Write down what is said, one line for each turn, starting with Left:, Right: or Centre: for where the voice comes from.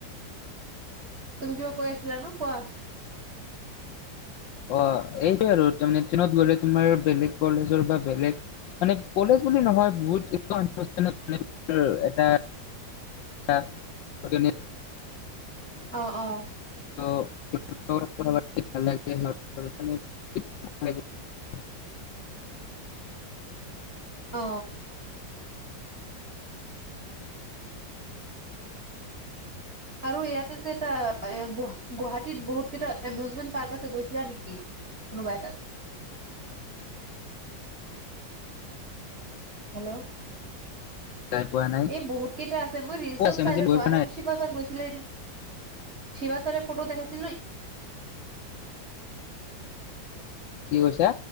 Right: তুমি কিবা কৈ আছিলা ন কোৱা
Left: অ এইটোয়ে আৰু তাৰমানে ট্ৰেনত গলে তোমাৰ বেলেগ কলেজৰ বা বেলেগ মানে কলেজ বুলি নহয় বহুত অনুষ্ঠান আছে মান এটা অহ
Right: অ অ
Left: ল <unintelligible>
Right: উ <unintelligible> অ আৰু ইয়াতে যে এটা গুৱা গুৱাহাটীত বহুত কেইটা এমিউজমেন্ট পাৰ্ক আছে গৈছিলা নিকি কোনোবা তাত
Left: <unintelligible>
Right: হেল্ল'
Left: পোৱা নাই
Right: এই বহুত কেইটা আছে মই ৰিলচত
Left: ক'ত আছে
Right: চাই
Left: মই আজি
Right: থাকো
Left: গৈ পোৱা
Right: আৰু
Left: নাই
Right: শিৱাচাৰ গৈছিলে শিৱাচাৰ ফটো দেখাইছিলো
Left: কি কৈছা